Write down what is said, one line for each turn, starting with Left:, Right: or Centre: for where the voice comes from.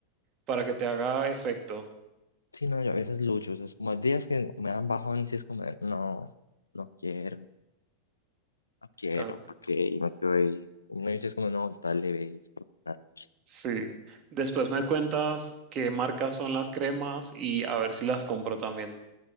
Right: para que te haga efecto.
Left: sí, no, yo a veces lucho, o sea, es como días que me dan bajones y es como, no, no quiero, no quiero,
Right: Ah,
Left: ¿para qué? Y me quedo ahí. Y me dices como, no, dale, ve, es por tu cara".
Right: sí. Después me cuentas qué marcas son las cremas y a ver si las compro también.